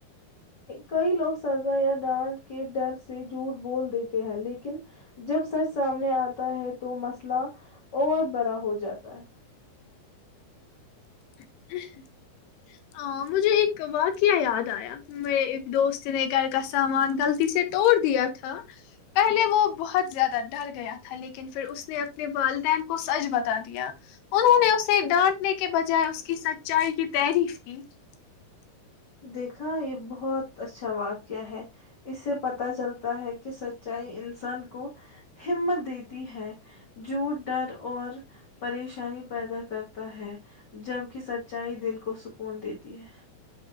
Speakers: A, on the left; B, on the left.
A: کئی لوگ سزا یا ڈانٹ کے ڈر سے جوٹ بول دیتے ہیں لیکن جب سچ سامنے آتا ہے تو مسئلہ اور بڑا ہو جاتا ہے
B: <unintelligible> مجھے ایک واقعہ یاد آیا مے ایک دوست نے گھر کا سامان غلطی سے توڑ دیا تھا پہلے وہ بہت زیادہ ڈر گیا تھا لیکن پھر اس نے اپنے والدین کو سچ بتا دیا انہوں نے اسے ڈانٹنے کے بجائے اس کی سچائی کی تعریف ج
A: دیکھا یہ بہت اچھا واقعہ ہے اس سے پتا چلتا ہے کہ سچائی انسان کو ہمت دیتی ہے جوٹ ڈر اور پریشانی پیدا کرتا ہے جبک سچائی دل کو سکون دیتی ہے